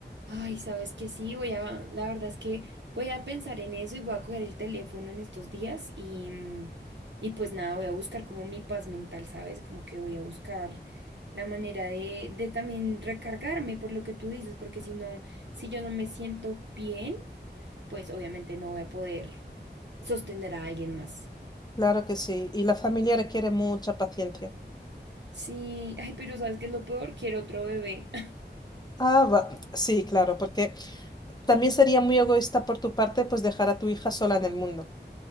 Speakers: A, on the right; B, on the left.
A: Ay, sabes que sí, voy a, la verdad es que voy a pensar en eso y voy a coger el teléfono en estos días y, mm, y pues nada, voy a buscar como mi paz mental, ¿sabes? Como que voy a buscar la manera de, de también recargarme por lo que tú dices, porque si no, si yo no me siento bien, pues obviamente no voy a poder sostener a alguien más.
B: Claro que sí, y la familia requiere mucha paciencia.
A: Sí, ay, pero ¿sabes qué es lo peor? Quiero otro bebé.
B: Ah, va- sí, claro, porque también sería muy egoísta por tu parte, pues dejar a tu hija sola en el mundo.